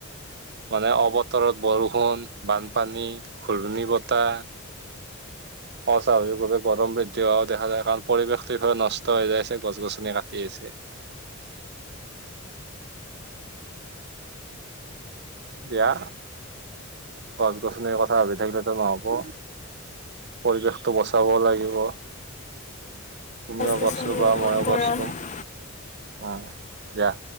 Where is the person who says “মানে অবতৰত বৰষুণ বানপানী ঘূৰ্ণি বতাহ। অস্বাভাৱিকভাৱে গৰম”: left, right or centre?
Right